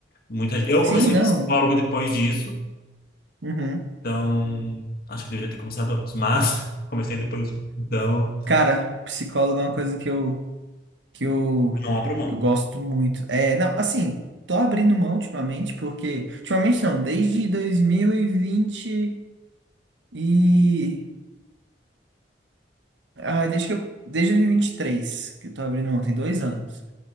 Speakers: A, on the left; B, on the right.
A: Muita, eu
B: Sim,
A: comecei
B: não.
A: psicólogo depois disso.
B: Uhum.
A: Então, acho que deveria ter começado antes, mas <laughs> comecei depois. Então,
B: Cara, psicólogo é uma coisa que eu, que eu,
A: não abro mão.
B: eu gosto muito. É, não, assim, tô abrindo mão ultimamente, porque. Ultimamente não, desde 2020 E Ah, desde que eu, desde 2023, que eu tô abrindo mão, tem dois anos.